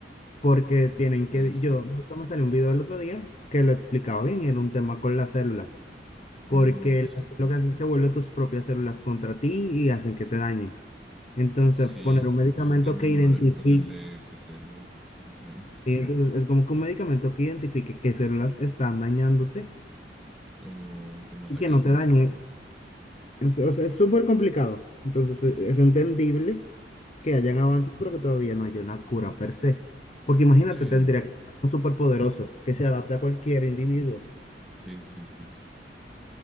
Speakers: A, on the left; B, in the centre.
A: porque tienen
B: Ese.
A: que, yo, de hecho, me salió un video el otro día que lo explicaba bien, era un tema con las células. porque
B: Mm, sí.
A: las células te vuelven tus propias células contra ti y hacen que te dañen. Entonces,
B: Sí,
A: poner un medicamento
B: tu sistema
A: que
B: inmunológico
A: identifique,
B: se hace, se hace el güey, literal.
A: y entonces es como que un medicamento que identifique qué células están dañándote
B: Es como, como atacarte
A: y que no te dañen.
B: casi.
A: Es- O sea, es súper complicado. Entonces, e- es entendible que hayan avances, pero que todavía no haya una cura per se. Porque imagínate,
B: Sí,
A: tendría que ser algo súper poderoso que se adapte a cualquier individuo.
B: sí, sí, sí, sí.